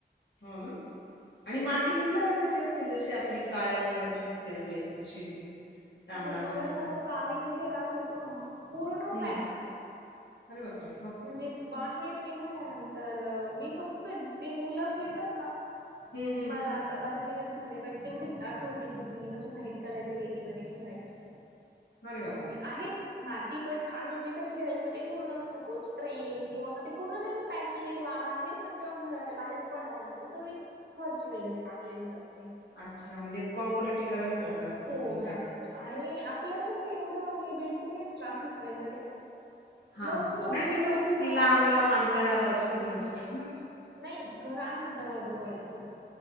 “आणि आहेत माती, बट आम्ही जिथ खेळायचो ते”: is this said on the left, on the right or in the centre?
Right